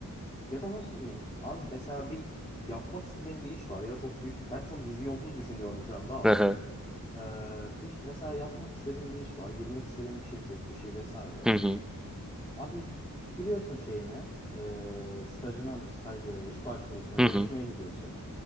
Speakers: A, on the left; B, in the centre.
A: ya da nasıl diyeyim abi mesela bir yapmak istediğim bir iş var ya da çok büyük ben çok vizyonsuz düşünüyorum şu anda ama
B: hı hı,
A: eee, bir, mesela yapmak istediğim bir iş var girmek istediğim bir şirket bir şey vesaire.
B: hı hı,
A: Abi giriyorsun şeyine, e, stajına, staj diyorum, iş başvurusuna
B: hı
A: görüşmeye
B: hı.
A: gidiyorsun.